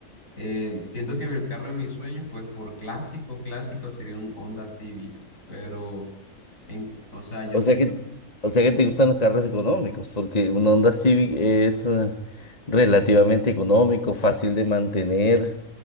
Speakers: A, on the left (about 60°); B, on the left (about 25°).
A: Eh, siento que mi- el carro de mis sueños, pues por clásico, clásico sería un Honda Civic. Pero, en, o sea, yo
B: O
A: siento
B: sea que, o sea que te gustan los carros económicos, porque un Honda Civic es eh, relativamente económico, fácil de mantener.